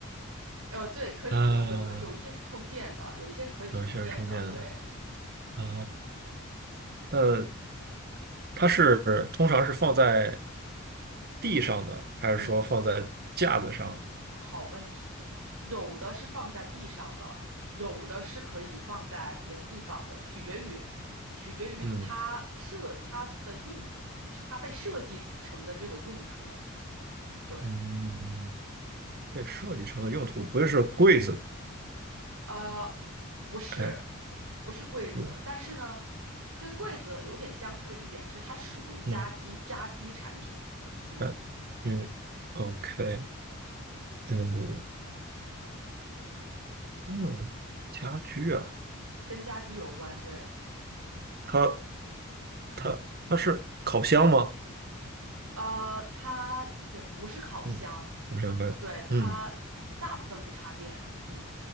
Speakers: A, on the right (about 85°); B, on the right (about 45°).
A: 呃，对，可以有有的有一些是充电的，
B: 嗯，
A: 有一些是可以充电的，
B: 有一些是充电的，
A: 对，
B: 啊，呃，它是通常是放在地上的，还是说放在架子上？
A: 嗯。好问题，有的是放在地上的，有的是可以放在别的地方的，取决于取决于它设它的用，
B: 嗯
A: 它被设计成的这个用途。对，
B: 嗯，被设计成了用途不是说柜子，
A: 呃，不是
B: 哎，
A: 不是柜子，
B: 嗯
A: 但是呢，跟柜子有点相似的一点是它属于家居家居产品，
B: 嗯。
A: 嗯，
B: 嗯嗯，OK，嗯嗯，家居啊，
A: 跟家居有关，对。
B: 它它它是烤箱吗？
A: 呃，它也不是烤箱，
B: 嗯，我想问，
A: 对，它大部分不插电，
B: 嗯，
A: 嗯。